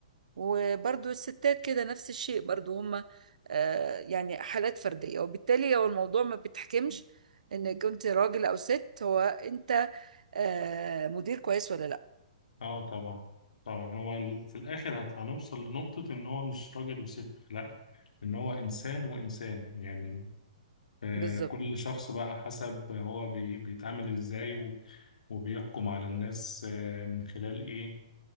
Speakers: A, on the right (about 85°); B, on the left (about 80°).
A: وبرضو الستات كده نفس الشيء برضو هما آه يعني حالات فردية وبالتالي هو الموضوع ما بتحكمش ان كنت راجل او ست هو انت آه مدير كويس ولا لا
B: اه طبعا طبعا هو ال... في الآخر هت... هنوصل لنقطة إن هو مش راجل وست لا إن هو إنسان وإنسان يعني آه
A: بالظبط
B: كل شخص بقى حسب هو بي... بيتعامل إزاي وب... وبيحكم على الناس آه من خلال إيه